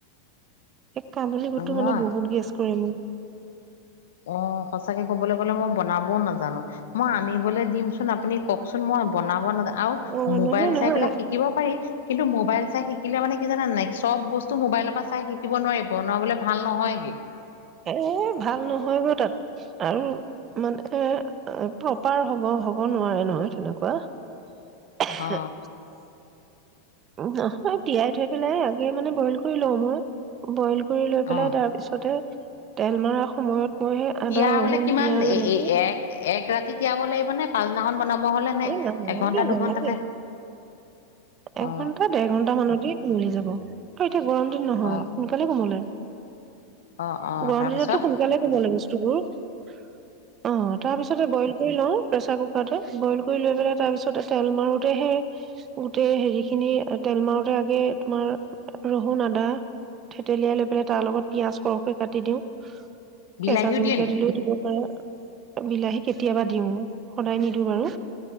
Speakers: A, on the right (about 35°); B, on the left (about 80°).
A: এ' কাবুলি বুটটো
B: মই
A: মানে বহুত গেছ কৰে মোক।
B: অ' সঁচাকৈ ক'বলে গ'লে মই বনাবও নাজানো, মই আনিবলৈ দিমচোন আপুনি কওঁকচোন মই বনাব নাজানো। আও
A: অ
B: মোবাইল
A: নহয় নহয়
B: চাই পেলাই শিকিব পাৰি কিন্তু মোবাইল চাই শিকিলে মানে কি জানা নাই? চব বস্তু মোবাইলৰ পৰা চাই শিকিব নোৱাৰি বনাবলৈ ভাল নহয়গে।
A: এ ভাল নহয় গৈ তাত আৰু মানে প্ৰপাৰ হ'ব-হ'ব নোৱাৰে নহয় তেনেকুৱা। <unintelligible>
B: অ
A: নহয় তিয়াই থৈ পেলাই আগে মানে বইল কৰি লও মই। বইল কৰি লৈ পেলাই
B: অ
A: তাৰ পিছতে তেল মৰাৰ সময়ত। মই সেই আদা
B: তিয়াবলে
A: ৰহুন
B: কিমান
A: পিয়াজ
B: এ-এ-এক
A: এনেকে
B: ৰাতি তিয়াব লাগিব নে? পাছদিনাখন বনাব হলে নে
A: এই নালাগে
B: এঘন্টা
A: নালাগে,
B: দুঘন্টাতে
A: একঘন্টা-দেৰঘন্টা
B: অ
A: মানতে কুমলি যাব। আৰু এতিয়া গৰম দিন নহয়!
B: অ
A: সোনকালে কোমলে।
B: অ অ
A: গৰম
B: তাৰপিছত
A: দিনতটো সোনকালে কোমলে বস্তু । <unintelligible> অ' তাৰপিছতে বইল দি লওঁ প্ৰেচাৰ কুকাৰতে বইল কৰি লৈ পেলাই তাৰ পিছতে তেল মাৰোঁতে সেই, গোটেই হেৰিখিনি তেল মাৰোঁতে আগে তোমাৰ, ৰহুন-আদা থেতেলিয়াই লৈ পেলাই তাৰ লগত পিয়াঁজ সৰহকৈ কাটি দিওঁ।
B: বিলাহীও
A: কেঁচা জলকীয়া
B: দিয়ে নি
A: দিলেও দিব পাৰ। বিলাহী কেতিয়াবা দিওঁ, সদায় নিদিওঁ বাৰু!